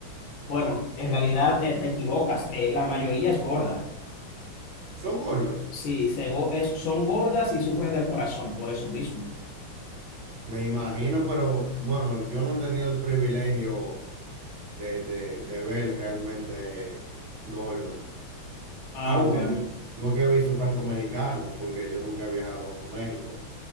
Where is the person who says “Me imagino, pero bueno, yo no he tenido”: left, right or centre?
Right